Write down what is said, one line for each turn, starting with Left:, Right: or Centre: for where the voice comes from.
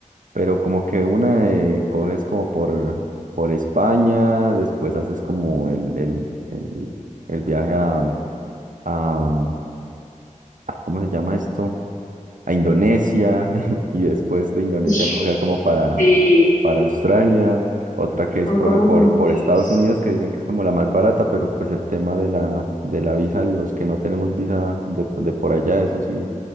Right: Pero como que una eh, coges como por, por España, después haces como el, el, el, el viaje a, a, ah, ¿cómo se llama esto? a Indonesia <laughs> y después de Indonesia
Left: Y-
Right: cogía como para,
Left: Sí,
Right: para Australia, otra que es
Left: son
Right: por,
Left: como
Right: el- por,
Left: muchos.
Right: por Estados Unidos que dicen que es como la más barata, pero pues el tema de la, de la visa, los que no tenemos visa de, de por allá, eso sí,